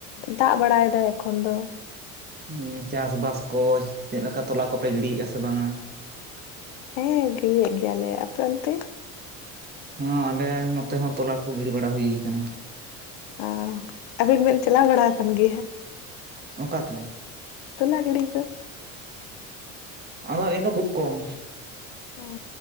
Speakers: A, on the left (about 65°); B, on the right (about 25°).
A: ᱫᱟᱜ ᱵᱟᱲᱟᱭ ᱫᱟᱭ ᱮᱠᱷᱚᱱ ᱫᱚ
B: ᱩᱸ ᱪᱟᱥ ᱵᱟᱥ ᱠᱚ ᱪᱮᱫ ᱞᱮᱠᱟ ᱛᱚᱞᱟ ᱠᱚᱯᱮ ᱜᱤᱲᱤᱭᱮᱜᱼᱟ ᱥᱮ ᱵᱟᱝᱟ?
A: ᱦᱮᱸ ᱜᱤᱲᱤᱭᱮᱫ ᱜᱮᱭᱟᱞᱮ ᱟᱯᱮ ᱚᱱᱛᱮ
B: ᱦᱮᱸ ᱟᱞᱮ ᱱᱚᱛᱮ ᱦᱚᱸ ᱛᱚᱞᱟ ᱠᱚ ᱜᱤᱲᱤ ᱵᱟᱲᱟ ᱦᱩᱭ ᱠᱟᱱᱟ
A: ᱚ ᱟᱹᱵᱤᱱ ᱵᱤᱱ ᱪᱟᱞᱟᱣ ᱵᱟᱲᱟ ᱟᱠᱟᱱ ᱜᱮᱭᱟ?
B: ᱚᱱᱠᱟᱛᱮ?
A: ᱛᱚᱞᱟ ᱜᱤᱲᱤ ᱠᱚ
B: ᱟᱫᱚ ᱟᱹᱞᱤᱧ ᱫᱚ ᱠᱷᱩᱵ ᱠᱚᱢ
A: ᱚ,